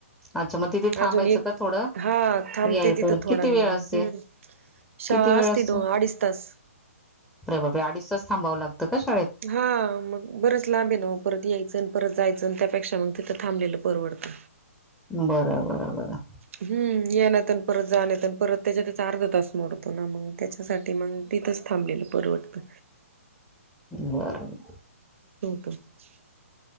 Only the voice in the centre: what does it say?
अच्छा मग तिथे थांबायचं
का थोडं?
याय
पर
किती
असते
किती वेळ
असतो?
अरे बापरे अडीच तास थांबावं लागतं का शा
बर बर बर.
बर ब